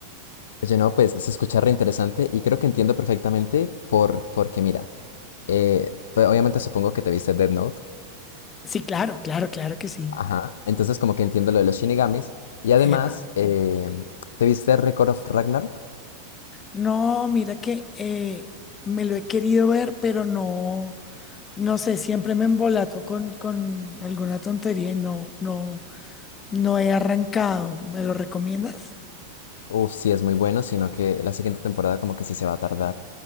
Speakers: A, on the left; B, on the left.
A: Oye, no, pues se escucha re interesante y creo que entiendo perfectamente por, porque mira, eh, pues, obviamente supongo que te viste Death Note.
B: Sí, claro, claro, claro que sí.
A: Ajá, entonces como que entiendo lo de los shinigamis. Y además,
B: Epa.
A: eh, ¿te viste Record of Ragnarok?
B: No, mira que eh, me lo he querido ver, pero no. No sé, siempre me embolato con, con alguna tontería y no, no, no he arrancado. ¿Me lo recomiendas?
A: Uf, sí es muy bueno, sino que la siguiente temporada como que sí se va a tardar.